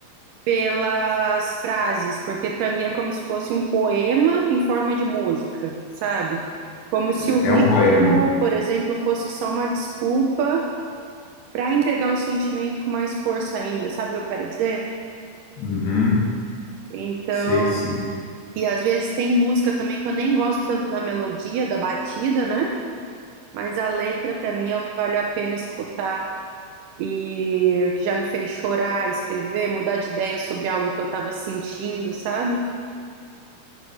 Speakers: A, on the right; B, on the left.
A: pelas frases, porque para mim é como se fosse um poema em forma de música, sabe? Como se o ritmo,
B: É um poema.
A: por exemplo, fosse só uma desculpa para entregar o sentimento com mais força ainda, sabe o que eu quero dizer?
B: Uhum.
A: Então,
B: Sei, sim.
A: e às vezes tem música também que eu nem gosto tanto da melodia, da batida, né? Mas a letra para mim é o que vale a pena escutar e que já me fez chorar, escrever, mudar de ideia sobre algo que eu estava sentindo, sabe?